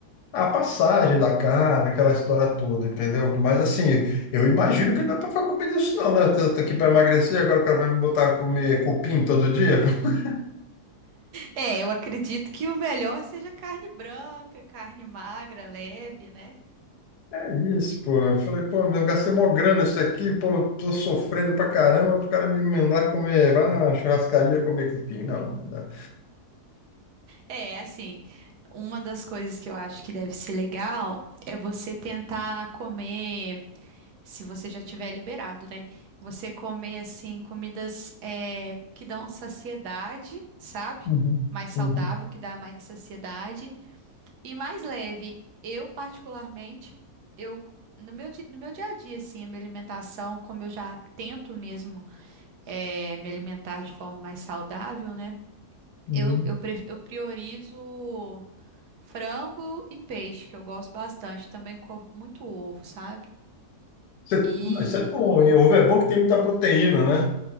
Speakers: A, on the left; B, on the right.
A: a passagem da carne, aquela história toda, entendeu? Mas, assim, eu imagino que não dá para comer disso não, né? Tô, tô aqui para emagrecer, agora o cara vai me botar a comer cupim todo dia? <laughs>
B: É, eu acredito que o melhor seja carne branca, carne magra, leve, né?
A: É isso, pô. Eu falei, pô, meu, eu gastei mó grana isso aqui, pô, tô sofrendo pra caramba, pro cara me mandar comer, vai na churrascaria comer cupim. Não, não dá.
B: É, assim, uma das coisas que eu acho que deve ser legal é você tentar comer. se você já tiver liberado, né? Você comer assim comidas é, que dão saciedade, sabe?
A: Uhum,
B: Mais saudável,
A: uhum,
B: que dá mais saciedade e mais leve. Eu particularmente, eu no meu, di- no meu dia a dia, assim, a minha alimentação, como eu já tento mesmo é, me alimentar de forma mais saudável, né?
A: uhum,
B: Eu, eu, pre- eu priorizo frango e peixe, que eu gosto bastante. Também como muito ovo, sabe?
A: Você-
B: E
A: Isso é bom, hein? Ovo é bom que tem muita proteína, né?